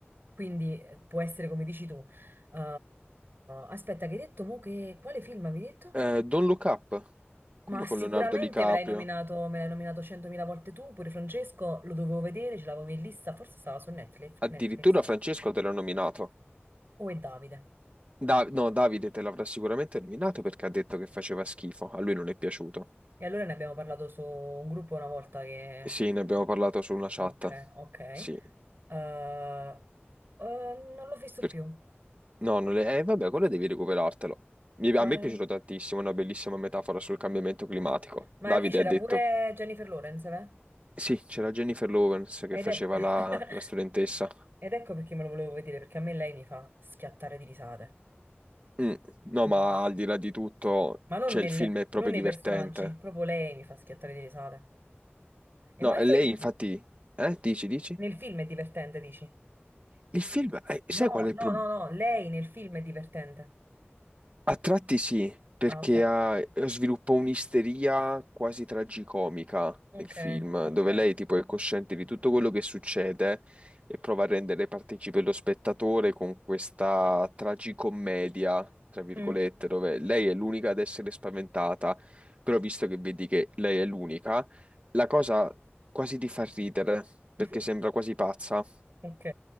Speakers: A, on the right (about 55°); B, on the right (about 35°).
A: Quindi eh, può essere come dici tu. Eh, aspetta, che hai detto mo che quale film avevi detto?
B: Eh, Don't Look Up, quello
A: Ma sicuramente
B: con Leonardo DiCaprio.
A: me l'hai nominato, me l'hai nominato 100.000 volte tu, pure Francesco, lo dovevo vedere, ce l'avevo in lista, forse stava su Netflix,
B: Addirittura
A: Netflix.
B: Francesco te l'ha nominato.
A: O è Davide.
B: Da- no, Davide te l'avrà sicuramente nominato perché ha detto che faceva schifo. A lui non è piaciuto.
A: E allora ne abbiamo parlato su un gruppo una volta che...
B: Sì, ne abbiamo parlato su una chat.
A: Ok, ok. Eh,
B: Sì,
A: eh, non l'ho visto
B: perché
A: più.
B: No, non le... eh, vabbè, quello devi recuperartelo. Mi-
A: No,
B: A me
A: eh.
B: è piaciuto tantissimo, una bellissima metafora sul cambiamento climatico.
A: Ma
B: Davide
A: lì c'era
B: ha detto...
A: pure
B: che-
A: Jennifer Lawrence, eh?
B: Sì, c'era Jennifer Lawrence che
A: Ed
B: faceva
A: è... <laughs>
B: la, la studentessa.
A: Ed ecco perché me lo volevo vedere, perché a me lei mi fa schiattare di risate.
B: Mm, No,
A: Mamma.
B: ma al di là di tutto,
A: Ma non,
B: cioè,
A: nelle-
B: il film è proprio
A: non nei
B: divertente.
A: personaggi, proprio lei mi fa schiattare di risate. E
B: No,
A: ma
B: e
A: il film,
B: lei infatti... Eh, dici, dici?
A: nel film è divertente, dici?
B: Il film... eh, sai
A: No,
B: qual è il
A: no,
B: problema?
A: no, no, lei nel film è divertente.
B: A tratti sì, perché
A: Ah, ok,
B: ha- eh, sviluppa un'isteria quasi tragicomica
A: ok,
B: nel film,
A: ok.
B: dove lei tipo è cosciente di tutto quello che succede e prova a rendere partecipe lo spettatore con questa tragicommedia, tra virgolette,
A: Mm.
B: dove lei è l'unica ad essere spaventata, però visto che vedi che lei è l'unica, la cosa quasi ti fa ridere, perché
A: <laughs>
B: sembra quasi pazza,
A: Ok.